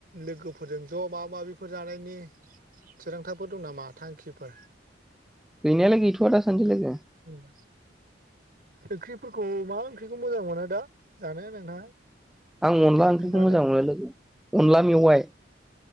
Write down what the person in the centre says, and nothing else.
गैनायालाय गैथ'आ दा सानदि लोगो।
आं अनला
ओंख्रिखौ
मोजां मोनो लोगो अनला मेवाइ।